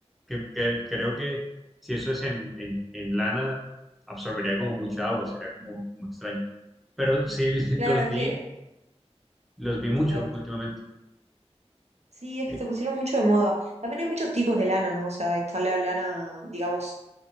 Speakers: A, in the centre; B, on the right (about 75°).
A: que, que creo que si eso es en, en, en lana, absorbería como mucha agua, sería como muy extraño. Pero sí, <laughs>
B: Claro,
A: los
B: es
A: vi,
B: que,
A: los vi mucho
B: total.
A: últimamente.
B: Sí, es
A: Eh,
B: que se pusieron mucho de moda. También hay muchos tipos de lana, ¿no? O sea, está la lana, digamos,